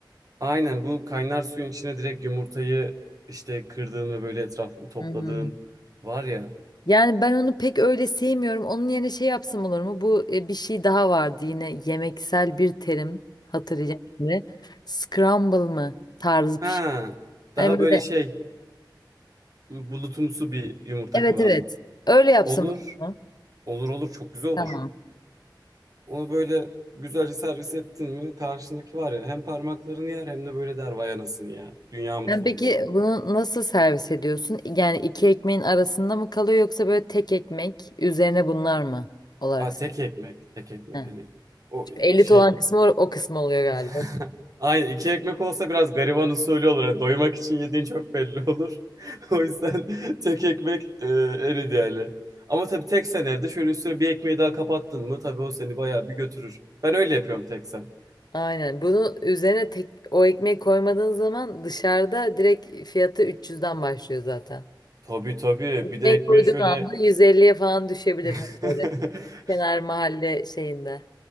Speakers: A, on the right; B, on the left.
A: Aynen bu kaynar suyun içine direkt yumurtayı işte kırdığın ve böyle etrafını topladığın
B: Hı hı.
A: var ya.
B: Yani ben onu pek öyle sevmiyorum. Onun yerine şey yapsam olur mu? Bu e, bir şey daha vardı yine yemeksel bir terim hatırlayacağım şimdi. Scramble mı tarzı
A: Ha,
B: bir şey.
A: daha
B: Hani böyle
A: böyle şey bu- bulutumsu bir yumurta
B: evet
A: kıvamı.
B: evet öyle yapsam
A: Olur.
B: olur mu?
A: Olur olur çok güzel olur.
B: Tamam.
A: Onu böyle güzelce servis ettin mi karşındaki var ya hem parmaklarını yer hem de böyle der vay anasını ya. Dünya mutfağındayım.
B: Yani peki bunu nasıl servis ediyorsun? Yani iki ekmeğin arasında mı kalıyor yoksa böyle tek ekmek üzerine bunlar mı olarak?
A: Aa, tek ekmek. Tek ekmek
B: He.
A: hani. O
B: Şu elit
A: şey.
B: olan kısmı o, o kısmı oluyor galiba.
A: <laughs> Aynen iki ekmek olsa biraz gariban usulü olur. Yani doymak için yediğin çok belli olur. <laughs> O yüzden <laughs> tek ekmek e, en ideali. Ama tabii tek sen evde şöyle üstüne bir ekmeği daha kapattın mı tabii o seni bayağı bir götürür. Ben öyle yapıyorum tek sen.
B: Aynen. Bunu üzerine tek o ekmeği koymadığın zaman dışarıda direkt fiyatı üç yüzden başlıyor zaten.
A: Tabii tabii
B: Ekmek
A: bir de ekmeği
B: koyduğun
A: şöyle
B: anda yüz elliye falan düşebilir
A: <laughs>
B: hani böyle kenar mahalle şeyinde.